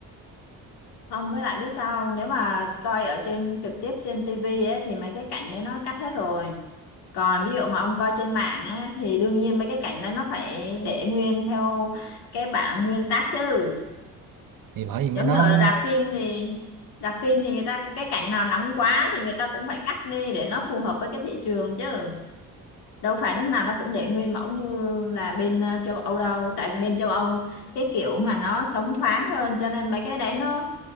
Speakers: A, on the left; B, on the right.
A: <laughs> Không với lại biết sao không? Nếu mà coi ở trên trực tiếp trên tivi ấy thì mấy cái cảnh đấy nó cắt hết rồi. Còn ví dụ mà ông coi trên mạng á, thì đương nhiên mấy cái cảnh đó nó phải để nguyên theo cái bản nguyên tác chứ.
B: thì bởi vì mấy
A: giống
B: nó
A: như ở rạp phim thì rạp phim thì người ta cái cảnh nào nóng quá thì người ta cũng phải cắt đi để nó phù hợp với cái thị trường chứ đâu phải lúc nào nó cũng để nguyên mẫu như là bên ờ, châu Âu đâu tại vì bên châu Âu cái kiểu mà nó sống thoáng hơn cho nên mấy cái đấy nó